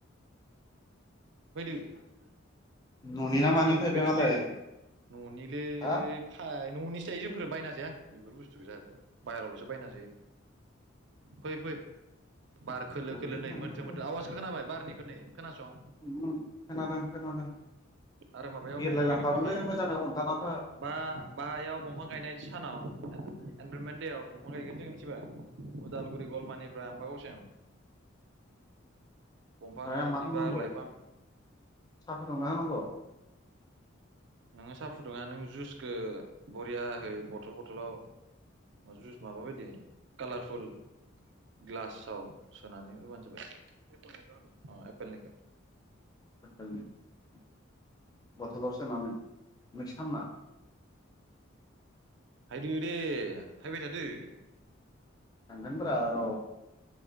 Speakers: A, on the right; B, on the left.
A: <unintelligible> <inaudible> <inaudible>
B: न'नि
A: दे
B: ना
A: गाननानै
B: मानि थाइबेंआलाय
A: फैबाय था दे न'निलै
B: हा
A: फाय न'निसो जायो जोंफोरो बायना जाया बेफोर बुस्थुखौ जाहाथ' बाहेरावल'सो बायना जायो फै फै बार खोलो
B: बबे
A: खोलो नै
B: खोनादों
A: मोथो मोथो आवाजखौ खोनाबाय बारनि होनै खोनासं
B: <inaudible> खोनादों
A: आरो माबायाव
B: बिरलाय
A: बंफां
B: लांफागोनलै
A: गायनांगौ हाय
B: मोजाङै हमथाना था
A: बा बायाव बंफां गायनाय सानाव एनभारनमेन्ट देवाव बंफां गायगोन जों मिथिबाय उदालगुरि गलमानिफ्राय आमबागावसिम दंफां
B: ओमफाय
A: आरो
B: मा
A: बिबार
B: खालामनांगौ
A: लाइफां
B: साहा फुदुंना होनां अ
A: नोङो साहा फुदुंङा नों जुसखो बरियाहै बथल बथलाव जुस माबा बायदि कालारफुल ग्लासाव सोनानै होबानो जाबाय एपोलनिखो
B: <unintelligible> बथलाव सोनानै मिक्स खालामना
A: <inaudible>
B: थांगोनब्रा र'